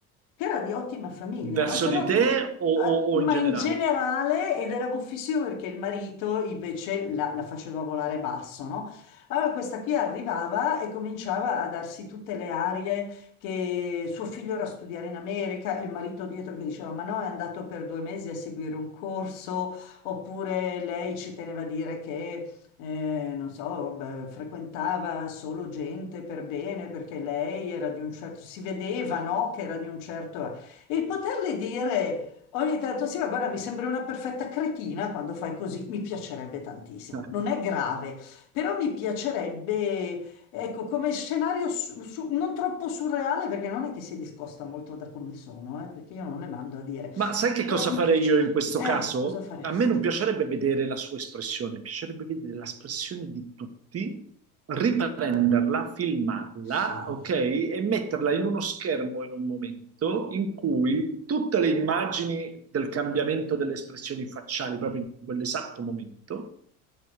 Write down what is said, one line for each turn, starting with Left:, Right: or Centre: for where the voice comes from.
Left: era di ottima famiglia,
Right: Verso
Left: no? Però,
Right: di te o,
Left: ma
Right: o-
Left: ma
Right: o in generale?
Left: in generale, ed era buffissimo perché il marito invece la, la faceva volare basso, no? Allora questa qui arrivava e cominciava a darsi tutte le arie che suo figlio era a studiare in America, e il marito dietro che diceva ma no, è andato per due mesi a seguire un corso, oppure lei ci teneva a dire che eh, non so, beh, frequentava solo gente per bene perché lei era di un certo, si vedeva, no, che era di un certo... E poterle dire ogni tanto, sì, ma guarda, mi sembra una perfetta cretina quando fai così, mi piacerebbe tantissimo.
Right: <laughs>
Left: Non è grave, però mi piacerebbe, ecco, come scenario su- su- non troppo surreale perché non è che si discosta molto da come sono, eh, perché io non le mando a dire,
Right: Ma sai che
Left: però
Right: cosa
Left: mi
Right: farei
Left: piacerebbe.
Right: io in questo
Left: Eh,
Right: caso?
Left: cosa faresti?
Right: A me non piacerebbe vedere la sua espressione, piacerebbe vedere l'espressione di tutti, riprenderla, filmarla,
Left: Sì.
Right: ok? E metterla in uno schermo in un momento in cui tutte le immagini del cambiamento delle espressioni facciali, proprio in quell'esatto momento,